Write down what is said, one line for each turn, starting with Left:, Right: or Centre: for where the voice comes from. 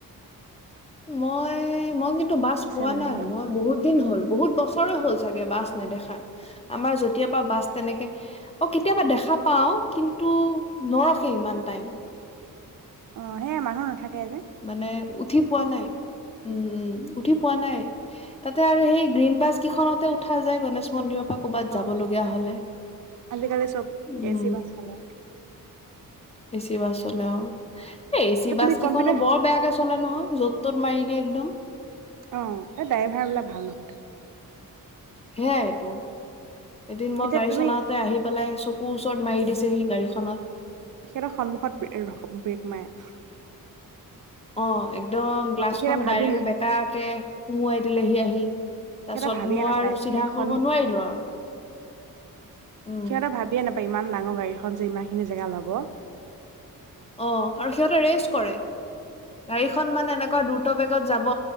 Left: মই মই কিন্তু টো বাছ
Right: আছে
Left: পোৱা
Right: মানে
Left: নাই
Right: সেই
Left: মই বহুত দিন হ'ল বহুত বছৰে হ'ল চাগে বাছ নেদেখা আমাৰ যেতিয়াৰ পৰা বাছ তেনেকে অ কেতিয়াবা দেখা পাও কিন্তু নৰখে ইমান টাইম
Right: অ, সেয়া মানুহ নাথাকে যে
Left: মানে উঠি পোৱা নাই, উম, উম, উঠি পোৱা নাই। তাতে আৰু সেই গ্ৰীণ বাছ কেইখনতে উঠা যে গণেশ মন্দিৰৰ পৰা ক'বাত যাব
Right: অ',
Left: লগীয়া হলে
Right: আজিকালি চব
Left: উম
Right: এচি বাছ চলে।
Left: এচি বাছ চলে, অ'। এ এচি
Right: কিন্তু
Left: বাছ
Right: তুমি
Left: কেইখনো
Right: কম্পিউটাৰ
Left: বৰ বেয়াকে চলে নহয়, য'ত ত'ত মাৰি কি একদম
Right: অ, এই ড্ৰাইভাৰ বিলাক ভাল নহয়তো।
Left: সেয়াইটো। এদিন মই
Right: এতিয়া
Left: গাড়ী
Right: তুমি
Left: চলাওঁতে আহি পেলাই চকুৰ ওচৰত মাৰি দিছে। সেই গাড়ীখনত।
Right: সিহঁতৰ সন্মুখত, ৰখা, ব্ৰেক মাৰে।
Left: অ, একদম গ্লাছখন
Right: সিহঁতে ভাবি
Left: ডাইৰেক্ট বেকাকে সুমোৱাই দিলেহি আহি, তাৰপিছত
Right: সিহঁতে ভাবিয়ে
Left: মই
Right: নাপায়
Left: আৰু চিধা
Right: এই সন্মুখ
Left: কৰিব নোৱাৰিলো আৰু উম
Right: সিহঁতে ভাবিয়ে নাপ পায়, ইমান ডাঙৰ গাড়ীখন যে ইমান খিনি জেগা ল'ব।
Left: অ, আৰু সিহঁতে ৰেচ কৰে, গাড়ীখন মানে এনে কোৱা দ্ৰুত বেগত যাব,